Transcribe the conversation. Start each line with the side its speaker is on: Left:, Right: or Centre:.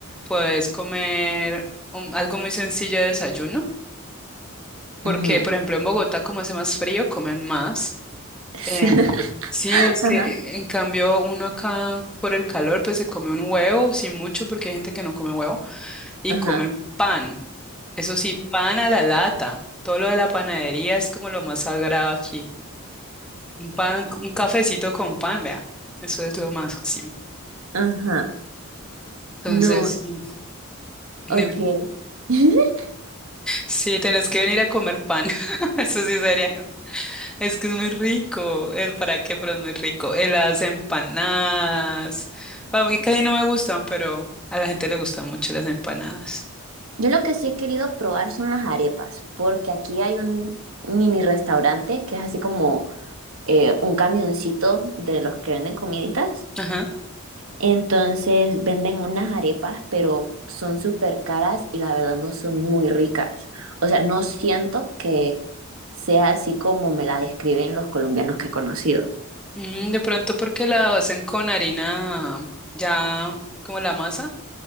Centre: puedes comer un- algo muy sencillo de desayuno, porque
Right: ujú.
Centre: por ejemplo en Bogotá como hace más frío, comen más.
Right: <laughs>
Centre: Eh, sí, es
Right: Ajá,
Centre: que en cambio uno acá por el calor pues se come un huevo, sí mucho, porque hay gente que no come huevo, y
Right: ajá,
Centre: comen pan. Eso sí, pan a la lata. Todo lo de la panadería es como lo más sagrado aquí. Un pan, un cafecito con pan, vea, eso es lo máximo. Mm.
Right: ajá.
Centre: Entonces,
Right: No,
Centre: sí. dime.
Right: ok. <laughs>
Centre: Sí, tenés que venir a comer pan. <laughs> Eso sí sería. ¿no? Es que es muy rico. ¿Es para qué? Pero es muy rico. Eh, Las empanadas. Vamos, que casi no me gustan, pero a la gente le gustan mucho las empanadas.
Right: Yo lo que sí he querido probar son las arepas, porque aquí hay un mini restaurante que es así como eh, un camioncito de los que venden comiditas.
Centre: Ajá.
Right: Entonces venden unas arepas, pero son súper caras y la verdad no son muy ricas. O sea, no siento que sea así como me la describen los colombianos que he conocido.
Centre: Mm, de pronto porque la hacen con harina ya como la masa.